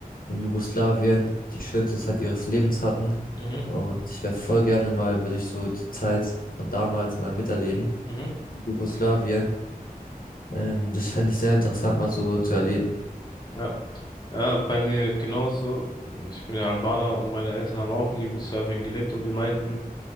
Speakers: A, on the left; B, on the left.
A: in Jugoslawien die schönste Zeit ihres Lebens hatten.
B: Mhm,
A: Und ich wäre voll gerne mal, würde ich so die Zeit von damals mal miterleben.
B: mhm,
A: in Jugoslawien. Ähm, das fände ich sehr interessant, mal so zu erleben.
B: ja. Ja, bei mir genauso. Ich bin ja Albaner und meine Eltern haben auch in Jugoslawien gelebt und die meinten,